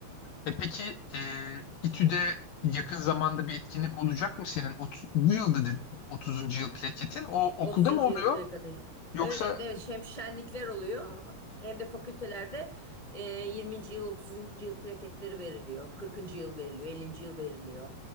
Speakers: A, on the left; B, on the left.
A: E peki e, İTÜ'de yakın zamanda bir etkinlik olacak mı senin? Otu- bu yıl dedin 30. yıl plaketin. O okulda
B: Otuzuncu
A: mı oluyor?
B: yıl plakatı.
A: Yoksa
B: Evet evet hem şenlikler oluyor hem de fakültelerde e, 20. yıl otuzuncu yıl plaketleri veriliyor. 40. yıl veriliyor, 50. yıl veriliyor.